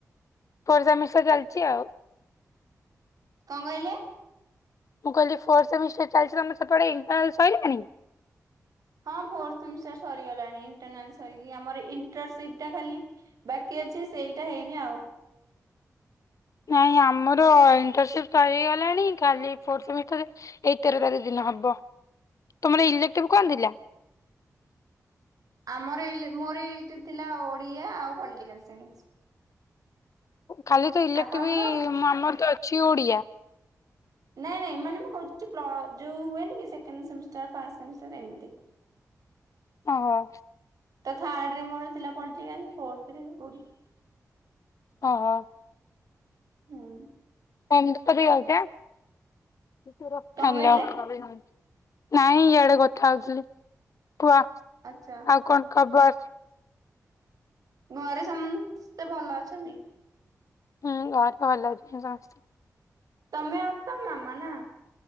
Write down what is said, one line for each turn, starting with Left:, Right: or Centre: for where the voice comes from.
Left: ପର୍ଜା ମିଶା ଚାଲଚି ଆଉ।
Right: କଣ କହିଲେ?
Left: ମୁଁ କହିଲି ଫୋର ସେମିଷ୍ଟର ଚାଲିଚି, ତମର ସେ ପଟେ ଇଣ୍ଟରନାଲ ସଇଲାଣି?
Right: ହଁ, ଫୋର ସେମିଷ୍ଟାର ସରିଗଲାଣି, ଇଣ୍ଟରନାଲ ସରିକି, ଆମର ଇଣ୍ଟରସିପଟା ଖାଲି ବାକି ଅଛି, ସେଇଟା ହେଇନି ଆଉ।
Left: ନାଇଁ ଆମର ଇଣ୍ଟର୍ନସିପ୍ ଚାଲିଗଲାଣି, ଖାଲି ଫୋର୍ଥ ସେମିଷ୍ଟର ଏଇ ତେର ତାରିଖ ଦିନ ହବ, ତମର ଇଲେକ୍ଟ୍ରଭ କଣ ଥିଲା?
Right: ଆମର ଇଲେ, ମୋର ଏ ଥିଲା ଓଡିଆ ଆଉ ପଲିଟିକାଲ ସାଇନ୍ସ।
Left: ଖାଲି ତ ଇଲେକ୍ଟ୍ରଭି,
Right: ଆପଣଙ୍କର?
Left: ଆମର ତ ଅଛି ଓଡିଆ।
Right: ନାଇଁ ନାଇଁ, ମାନେ ମୁଁ କହୁଛି ଯୋଉ ହୁଏନି କି, ସେକେଣ୍ଡ ସେମିଷ୍ଟାର, ଫାଷ୍ଟ ସେମିଷ୍ଟାର ଏମିତି
Left: ଓହୋ।
Right: ତ ଥାର୍ଡ ରେ ମୋର ଥିଲା ପଲିଟିକାଲ, ଫୋର୍ଥରେ ଉଡି
Left: ଅ ହ।
Right: ହୁଁ ଉଁ।
Left: <unintelligible>
Right: କଣ କହିଲେ?
Left: ନାଇଁ ଇଆଡେ କଥା ହଉଥିଲି, ତୁଆ।
Right: ଆଛା।
Left: ଆଉ କଣ ଖବର?
Right: ଘରେ ସମସ୍ତେ ଭଲ ଅଛନ୍ତି?
Left: ହଁ, ଘରେ ତ ଭଲ ‌ଅଛନ୍ତି ସମସ୍ତେ।
Right: ତମେ ଆଉ ତ, ମାମା ନା?